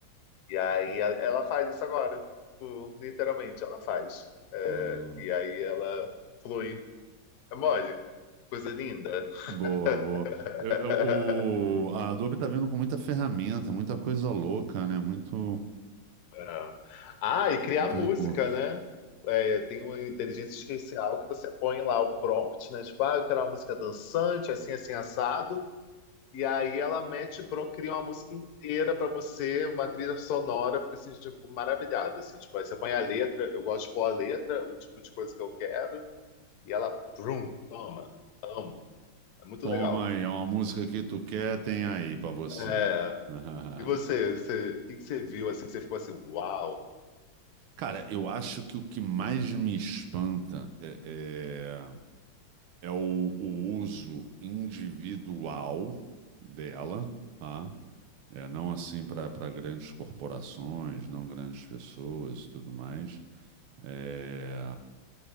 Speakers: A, on the left (about 65°); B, on the right (about 80°).
A: E aí a- ela faz isso agora. Tipo, literalmente, ela faz. É,
B: Ah,
A: e aí ela flui. É mole, coisa linda.
B: boa, boa.
A: <laughs>
B: Eu, eu- o, a Adobe tá vindo com muita ferramenta, muita coisa louca, né? Muito,
A: É. Ah, e criar
B: muito
A: música,
B: recurso.
A: né? É, tem uma inteligência artificial que você põe lá o prompt, né? Tipo, ah, eu quero uma música dançante, assim, assim, assado. E aí ela mete, bro- cria uma música inteira pra você, uma trilha sonora. Eu fico assim, gente, eu fico maravilhado, assim. Tipo, aí você põe a letra, eu gosto de pôr a letra, o tipo de coisa que eu quero. E ela, vrum, toma, amo. É muito
B: Toma
A: legal.
B: aí, é uma música que tu quer, tem aí pra você.
A: É.
B: <laughs>
A: E você, você, o que que você viu, assim, que você ficou assim, uau,
B: Cara, eu acho que o que mais me espanta é, é, é o, o uso individual dela, tá? É, não assim para para grandes corporações, não grandes pessoas e tudo mais. É,